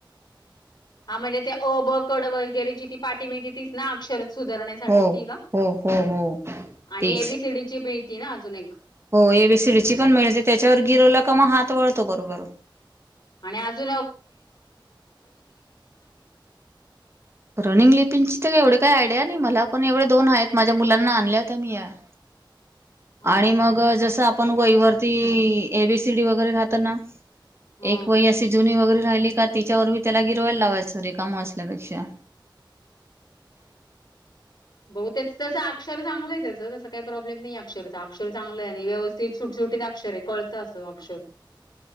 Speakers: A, on the left; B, on the right.
A: हा म्हणजे ते अबकड वगैरेची ती पाटी मिळते ती ना अक्षर सुधारण्यासाठी
B: हो
A: ती का
B: हो हो हो.
A: आणि
B: तेच
A: एबीसीडी ची बी तीना अजून एक
B: हो एबीसीडीची पण मिळते, त्याच्यावर गिरवला का म हात वळतो लगेच बरोबर.
A: आणि अजून
B: रनिंग लिपिंगची तर एवढी काय? आयडिया नाही, मला एवढे दोन आहेत. माझ्या मुलांना आणल्या होत्या, मी या या.
A: हा
B: आणि
A: हा
B: मग
A: हा
B: जसा पण वही वरती एबीसीडी वगैरे राहतं ना
A: हा
B: एक वही अशी जुनी वगैरे राहिली का तिच्यावर मी त्याला गिरवायला लावायचं रिकामा असल्यापेक्षा
A: बहुतेक त्याचा अक्षर चांगले त्याचं तसं काय प्रॉब्लेम नाही अक्षराचा अक्षर चांगले, तस व्यवस्थित सुटसुटीत अक्षर कळतं असं अक्षर.